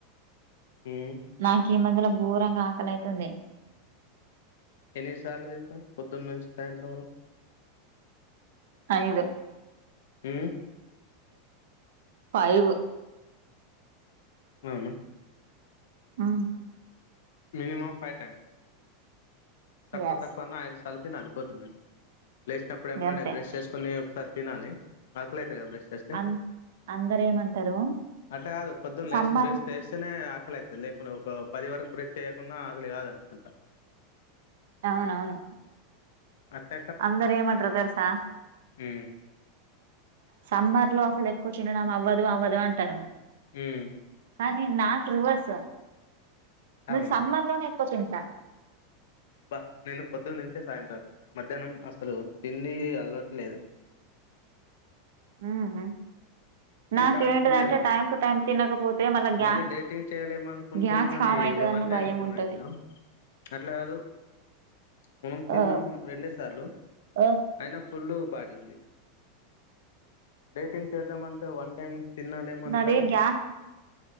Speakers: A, on the left (about 80°); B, on the right (about 80°).
A: హ్మ్
B: నాకు ఈ మధ్యల ఘోరంగా ఆకలితుంది.
A: ఎన్ని సార్లు తింటావ్ పొద్దున్న నుంచి సాయంత్రం వరకు
B: అ ఇద
A: ఉం
B: ఫైవ్
A: అవునా
B: ఆ
A: మినిమం ఫైవ్ టైమ్స్ తక్కువ
B: ఎస్
A: తక్కు అన్నా ఆయి తలిపి అళిపోద్దు నుంచి లేచినప్పుడు ఎంబడె
B: గంతే
A: బ్రష్ చేసుకొని సరే తినాలి ఆకలి ఐతు బ్రష్ చేస్తే
B: అం అందరు ఏమంటారు
A: అట్లా కాదు పొద్దున్న
B: సమ్మర్
A: లేస్ బ్రష్ చేస్తేనే ఎక్క అ లేకుండా ఒక పది వరకు బ్రె చేయకున్నా ఆకలి కాదు అనుకుంటా
B: అవునవును
A: అట్లా
B: అందరు ఏమంటారు తెలుసా
A: అ
B: సమ్మర్ లో అసలు ఎక్కువ తినడం అవ్వదు అవ్వదు అంటారు
A: ఉమ్
B: కానీ నాకు రివర్స్ నేను
A: అవునా
B: సమ్మర్ లోనే ఎక్కు కూర్చుంటా
A: బ నేను పొద్దు తింటే సాయంత్రం మధ్యాహ్నం అసలు తిండి అలవాటు లేదు
B: మ్మ్. నాకేంటిదంటే
A: బాడీ ఫుల్లే ఉంది
B: టైం టు టైం తినకపోతే మళ్ళా గ్యా
A: మళ్ళీ డేటింగ్ చేయాలేమో అనుకుంటున్నా
B: గ్యాస్
A: కాని
B: ఫామ్ అయితదన్న
A: ఇక వన్ టైమ్
B: భయం
A: తినుడు
B: ఉంటది
A: అయితదా అట్లా కాదు మనం తిన్నాం
B: ఆ,
A: రెండే సార్లు
B: ఆ,
A: అయిన ఫుల్లు బాడీ ఉంది డేటింగ్ చేద్దామ అంటే వన్ టైమ్ తిన్నానేమో
B: నాది
A: కానీ
B: గ్యా